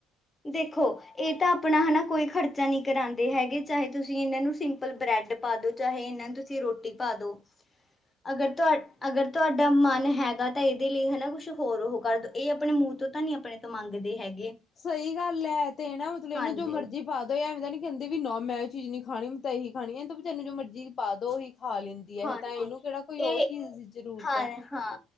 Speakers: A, on the left (about 25°); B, on the left (about 45°).
A: ਦੇਖੋ ਇਹ ਤਾਂ ਆਪਣਾ ਹੈਨਾ ਕੋਈ ਖਰਚਾ ਨਹੀਂ ਕਰਾਉਂਦੇ ਹੈਗੇ, ਚਾਹੇ ਤੁਸੀਂ ਇਹਨਾਂ ਨੂੰ ਸਿੰਮਪਲ ਬਰੈੱਡ ਪਾ ਦੋ ਚਾਹੇ ਇਹਨਾਂ ਨੂੰ ਤੁਸੀਂ ਰੋਟੀ ਪਾ ਦੋ, ਅਗਰ ਤੁਹਾਡ ਅਗਰ ਤੁਹਾਡਾ ਮਨ ਹੈਗਾ ਤਾਂ ਇਹਦੇ ਲਈ ਹੈਨਾ ਕੁਛ ਹੋਰ ਉਹ ਕਰ ਦੋ, ਇਹ ਆਪਣੇ ਮੂੰਹ ਤੋਂ ਤਾਂ ਨੀ ਆਪਣੇ ਤੋਂ ਮੰਗਦੇ ਹੈਗੇ।
B: ਸਹੀ ਗੱਲ ਹੈ ਤੇ ਨਾ, ਮਤਲਬ ਇਹਨੂੰ
A: ਹਾਂਜੀ
B: ਜੋ ਮਰਜ਼ੀ ਪਾ ਦੋ। ਐਵੇਂ ਨ ਕਹਿੰਦੇ ਵੀ ਨਾ ਮੈਂ ਇਹ ਚੀਜ਼ ਨੀ ਖਾਣੀ ਮੈਂ ਤਾਂ ਤਾਂ ਇਹੀ ਖਾਣੀ ਐ, ਇਹ ਤਾਂ ਵਿਚਾਰੇ ਨੂੰ ਜੋ ਮਰਜ਼ੀ ਪਾ ਦੋ, ਓਹੀ ਖਾ ਲੈਂਦੀ ਹੈ
A: ਹਾਂਜੀ
B: ਇਹ ਤਾਂ ਇਹਨੂੰ ਕਿਹੜਾ ਕੋਈ ਉਹ
A: ਇਹ
B: ਚੀਜ਼ ਦੀ ਜ਼ਰੂਰਤ
A: ਹਾਂ
B: ਹੈ
A: ਹਾਂ